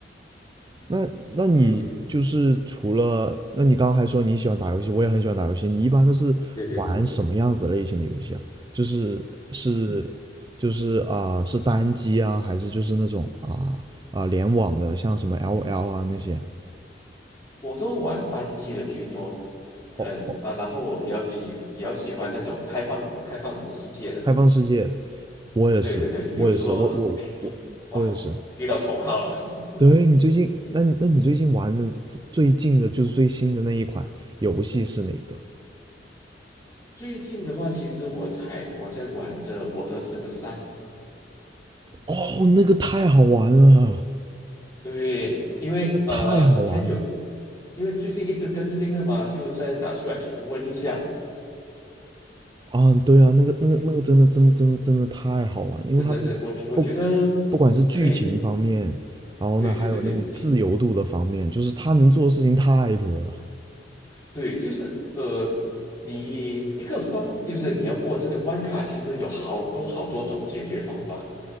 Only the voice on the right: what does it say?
那那你就是除了，
那你刚刚还说你喜欢打游戏，我也很喜欢打游戏。你一般都是玩什么样子类型的游戏啊？
就是是就是啊、是单机啊，还是就是那种啊啊、联网的，像什么 LOL 啊那些？
哦，
开放世界，我也是，
我也是，我我我我也是。
对，你最近，那你那你最近玩的最最近的就是最新的那一款游戏是哪个？
哦，那个太好玩了。
那个太好玩了
啊，对啊，那个那个那个真的真真真的太好玩了，
因为他那个不
不管是剧情方面，然后呢还有那种自由度的方面，
就是他能做的事情太多了。